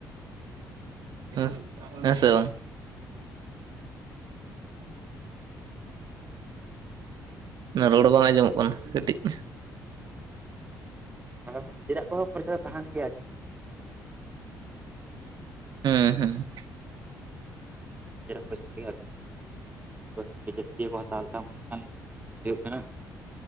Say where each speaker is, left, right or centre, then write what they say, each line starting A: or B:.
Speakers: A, on the right; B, on the right.
A: ᱦᱳᱭ
B: ᱦᱮᱸ,
A: ᱱᱤᱡᱮᱨᱟᱜ ᱦᱚᱸ
B: ᱦᱮᱸ
A: ᱡᱚᱢ
B: ᱥᱮ
A: ᱧᱩ
B: ᱵᱟᱝ?
A: ᱠᱷᱚᱨᱪᱟ ᱛᱟᱦᱮᱱ ᱜᱮᱭᱟ <unintelligible>
B: ᱨᱚᱲᱚ ᱵᱟᱝ ᱟᱸᱡᱚᱢᱚᱜ ᱠᱟᱱᱟ ᱠᱟᱹᱴᱤᱡ ᱾
A: ᱟᱨ ᱱᱤᱡᱮᱨᱟᱜ ᱠᱚᱦᱚᱸ ᱠᱷᱚᱨᱪᱟ ᱫᱚ ᱛᱟᱦᱮᱱ ᱜᱮᱭᱟ ᱡᱚᱢ ᱧᱩ ᱨᱮᱱᱟᱜ ᱠᱷᱚᱨᱪᱟ ᱠᱚᱫᱚ ᱨᱮᱸᱜᱮᱡ ᱛᱟᱦᱮᱱ ᱜᱮᱭᱟ
B: ᱩᱸ ᱦᱩᱸ
A: ᱱᱤᱡᱮᱨᱟᱜ ᱯᱚᱭᱥᱟ ᱛᱮᱜᱮ ᱟᱨᱠᱤ ᱚᱱᱟ ᱠᱟᱹᱴᱤᱡ ᱡᱟᱹᱥᱛᱤ ᱜᱮ ᱡᱟᱹᱥᱛᱤ ᱜᱮ ᱵᱚᱱ ᱦᱟᱛᱟᱣ ᱞᱮᱠᱟ ᱢᱚᱱᱮ ᱮᱫ ᱠᱟᱱ ᱞᱮᱠᱟ ᱦᱩᱭᱩᱜ ᱠᱟᱱᱟ